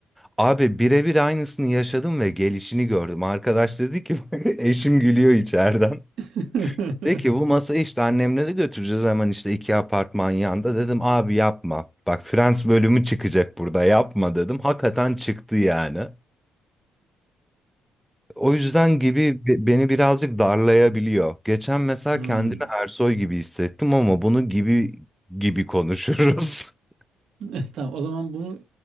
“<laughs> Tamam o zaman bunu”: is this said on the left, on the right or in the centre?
Right